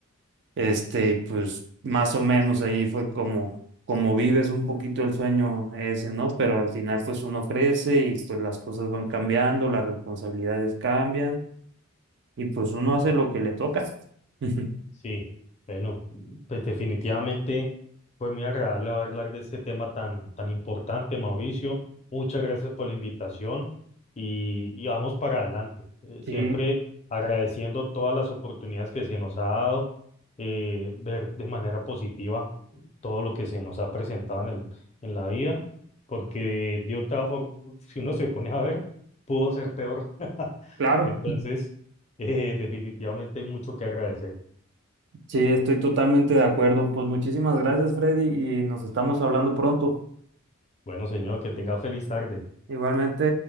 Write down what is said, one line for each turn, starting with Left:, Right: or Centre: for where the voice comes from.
Right: Este, y pues más o menos ahí fue como, como vives un poquito el sueño ese, ¿no? Pero al final pues uno crece y pues las cosas van cambiando, las responsabilidades cambian y pues uno
Left: Ujú.
Right: hace lo que le toca. <laughs>
Left: Sí, bueno, pues definitivamente fue muy agradable haber hablar de este tema tan, tan importante, Mauricio. Muchas gracias por la invitación y, y vamos para adelante. Eh, siempre
Right: Sí,
Left: agradeciendo todas las oportunidades que se nos ha dado, eh, ver de manera positiva todo lo que se nos ha presentado en el, en la vida, porque de otra forma, si uno se pone a ver, pudo ser peor. <laughs>
Right: claro.
Left: Entonces, eh, definitivamente hay mucho que agradecer.
Right: Sí, estoy totalmente de acuerdo. Pues muchísimas gracias, Freddy, y nos estamos hablando pronto.
Left: Bueno, señor, que tenga feliz tarde.
Right: Igualmente.